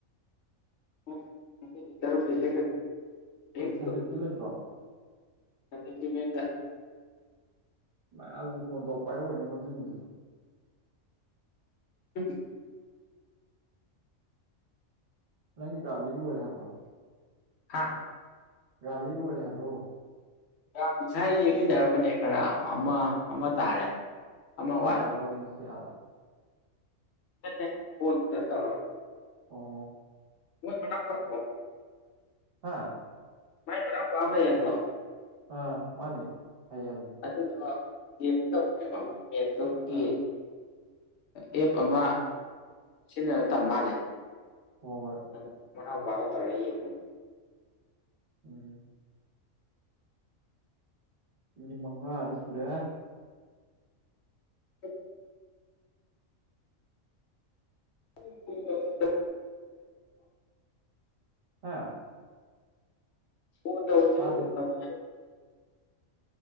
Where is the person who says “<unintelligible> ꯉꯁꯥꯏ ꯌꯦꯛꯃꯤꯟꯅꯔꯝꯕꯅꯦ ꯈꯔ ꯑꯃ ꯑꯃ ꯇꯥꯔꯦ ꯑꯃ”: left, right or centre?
Left